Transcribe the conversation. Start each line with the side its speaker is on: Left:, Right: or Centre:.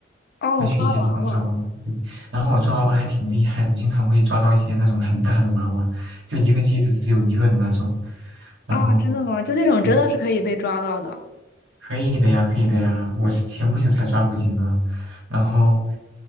Left: 哦，
Right: 会去一些地方抓娃娃。
Left: 抓娃娃
Right: 嗯然后我抓娃娃还挺厉害的，经常会抓到一些那种很大的娃娃，就一个机子只有一个的那种。然后，
Left: 啊，真的吗？就那种真的是可以被抓到的，
Right: 对可以的呀，可以的呀。我是前不久才抓过几个，然后